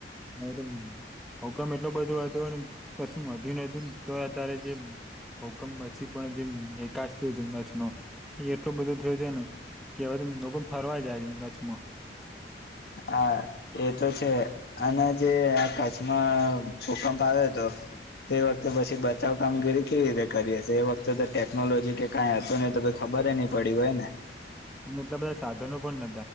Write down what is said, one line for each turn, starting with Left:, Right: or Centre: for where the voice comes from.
Centre: મઅરે ભૂકંપ એટલું બધું હતું અને કશું વધુ નતું તો અત્યારે જે ભૂકંપ પછી પણ જેમ વિકાસ થયો છે કચછનો એટલો બધો થયો છે ને કેવા લોકો ફરવાઈ જાય છે ને કચ્છમાં
Left: હા એ તો છે અને જે કચ્છમાં ભૂકંપ આવ્યો હતો તે વખતે પછી બચાવ કામગીરી કેવી રીતે કરીએ હીએ એ વખતે તો ટેકનોલોજી કે કઈ હતું નહી તો ખબર નહી પડી હોય ને
Centre: અને એટલા બધા સાધનો પણ